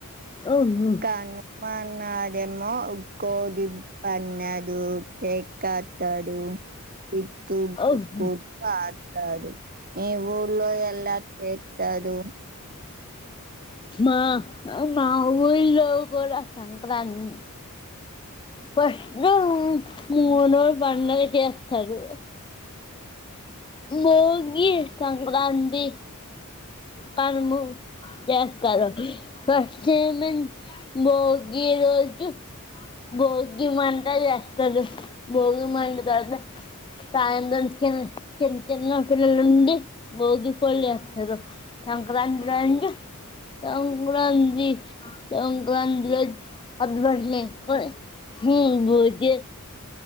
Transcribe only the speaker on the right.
కానప నడేమో కోదిం పన్నడు బక్కత్తడు ఇతు బకు
<unintelligible> కాడు ఈ ఊర్లో ఎలా తెతదు